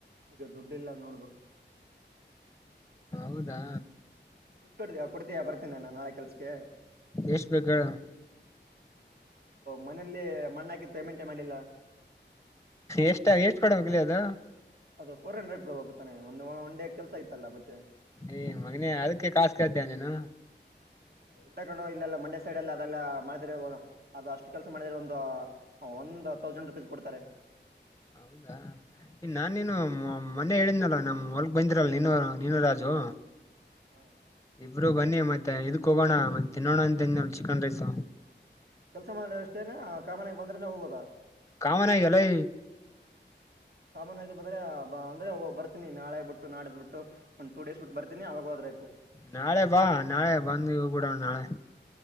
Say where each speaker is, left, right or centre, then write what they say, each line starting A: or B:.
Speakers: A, on the right; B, on the left.
A: ಈಗ ದುಡ್ಡಿಲ್ಲ ನೋಡ್ಬೇಕು
B: ಹೌದಾ
A: ದುಡ್ಡು ಕೊಡ ಕೊಡ್ತೀಯ ಬರ್ತೀನಿ ನಾನ ನಾಳೆ ಕೆಲ್ಸಕ್ಕೆ
B: ಎಷ್ಟ ಬೇಕ ಹೇಳ್
A: ಮನೇೆಯಲ್ಲಿ ಮಣ್ಣ ಹಾಕಿದು ಪೇಮೆಂಟೆ ಮಾಡಿಲ್ಲ
B: ಎಷ್ಟ ಎಷ್ಟ್ ಕೊಡಬೇಕ ಲೆ ಅದ
A: ಅದು ಫೋರ್ ಹಂಡ್ರೆಡ್ ಕೊಡಬೇಕುತ್ತಾನೆ ಒಂದ ಒನ್ ಡೇ ಕೆಲಸ ಆಯತ್ತಲ್ಲ ಮತ್ತೆ
B: ಏ ಮಗನೆ ಅದಕ್ಕೆ ಕಾಸು ಕೇಳ್ತೀಯಾ ನೀನು
A: ಇಲ್ಲ ಕಣು ಇಲ್ಲೆಲ್ಲ ಮಂಡೆ ಸೈಡ್ಲ್ಲ ಅದೆಲ್ಲ ಮಾಡಿದ್ರ ಅದು ಅಷ್ಟು ಕೆಲಸ ಮಾಡಿದ್ರೆ ಒಂದು ಒಂದು್ ತೌಸಂಡ್ ರುಪೀಸ್ ಕೊಡ್ತಾರೆ
B: ಹೌದಾ ಈ ನಾನೇನು ಮನೆ ಹೇಳಿದ್ನಲ್ಲ ನಮ್ಮ ಹೊಲಕ್ ಬಂದಿರಲ್ ನೀನು ನೀನು ರಾಜು.
A: ಹ್ಮ್
B: ಬ್ರೋ ಬನ್ನಿ ಮತ್ತೆ ಇದಕ್ ಹೋಗೋಣ ಮತ್ತೆ ತಿನ್ನೋಣ ಅಂತ ಅಂದೇ ಚಿಕನ್ ರೈಸ್
A: ಕೆಲ್ಸ ಮಾಡ ಅಷ್ಟೇನ ಕಾಮಾನಾಗ ಬಂದ್ರೆನೆ ಹೋಗೋದು.
B: ಕಾಮನ ಗಲ್ಲೈ
A: ಕಾಮನ್ಗಿ ಬಂದ್ರೆ ಬ ಅಂದ್ರೆೋಗ ಬರ್ತೀನಿ ನಾಳೆ ಬಿಟ್ಟು ನಾಡ್ ಬಿಟ್ಟು ಒಂದು ಟ ಡೇಸ್ ಬಿಟ್ಟು ಬರ್ತೀಿನಿ ಅವಾಗ ಹೋದ್ರಾಯ್ತು.
B: ನಾಳೆ ಬಾ ನಾಳೆ ಬಂದ ಹೋಗ ಬಿಡೋಣ ನಾಳೆ.